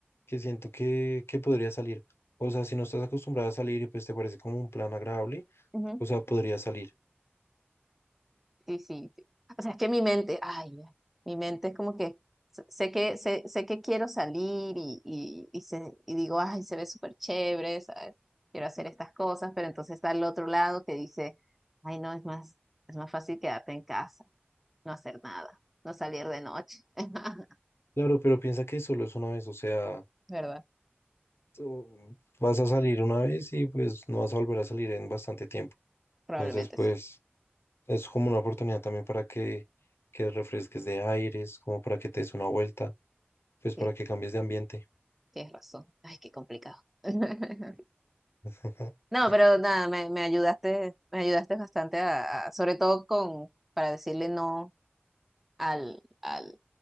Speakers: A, on the left; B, in the centre.
A: que siento que, que podría salir. O sea, si no estás acostumbrada a salir y pues te parece como un plan agradable,
B: ujú.
A: o sea, podría salir.
B: Sí, sí, sí. O sea, es que mi mente, ay, mi mente es como que s- sé que, sé, sé que quiero salir y, y, y, se- y digo, ay, se ve súper chévere, ¿sabes? Quiero hacer estas cosas, pero entonces está al otro lado que dice, ay, no, es más, es más fácil quedarte en casa, no hacer nada, no salir de noche. <laughs>
A: Claro, pero piensa que solo es una vez, o sea,
B: ¿Verdad?
A: tú vas a salir una vez y pues no vas a volver a salir en bastante tiempo.
B: Probablemente
A: Entonces, pues
B: sí.
A: es como una oportunidad también para que, que refresques de aires, como para que te des una vuelta, pues
B: Sí,
A: para que cambies de ambiente.
B: tienes razón. Ay, qué complicado. <laughs>
A: <laughs>
B: No, pero nada, me, me ayudaste, me ayudaste bastante a, a- sobre todo con, para decirle no al, al,